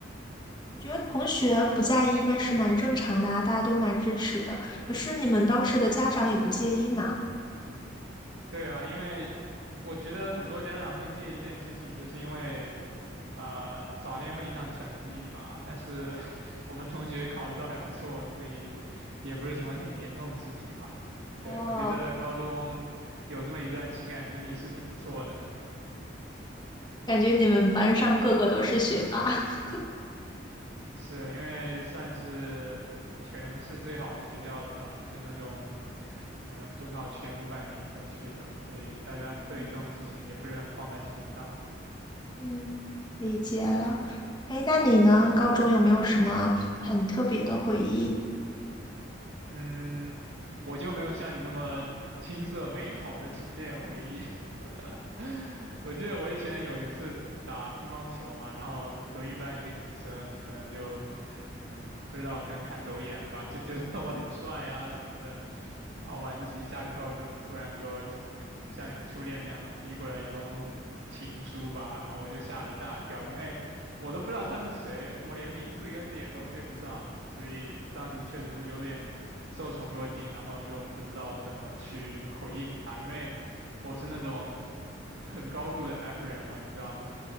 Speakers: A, on the left; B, on the right.
A: 我觉得同学不在意那是蛮正常的啊，大家都蛮支持的。可是你们当时的家长也不介意嘛？
B: 对啊，因为我觉得很多家长会介意这件事情，就是因为。啊，早恋会影响成绩吧，但是 <laughs> 我们同学考的都还不错，所以也不是什么很严重的事情吧。对，
A: 哦，
B: 我觉得高中有这么一段情感经历是挺不错的，
A: 感觉你们班上个个都是学霸。<laughs>
B: 是因为算是全市最好的学校了吧，就那种可能中考前五百名会去的，所以大家对这种事情也不是很放在心上。
A: 嗯嗯，理解了。
B: 对，
A: 哎，那你呢？高中有没有什么很特别的回忆？
B: 嗯，我就没有像你那么青涩美好的初恋回忆。<laughs> 我记得我以前有一次打乒乓球嘛，然后隔壁班一个女生可能就，嗯，不知道，可能看走眼了吧，就觉得 <laughs> 我很帅呀、什么的。然后晚自习下课后就突然给我像你的初恋那样子递过来一封情书吧，然后我就吓了一大跳，因为我都不知道他是谁，我连名字跟脸都对不上，所以当时确实有点受宠若惊，然后又不知道怎么去回应他，因为我是那种。很高度的 F 人嘛，你知道吗？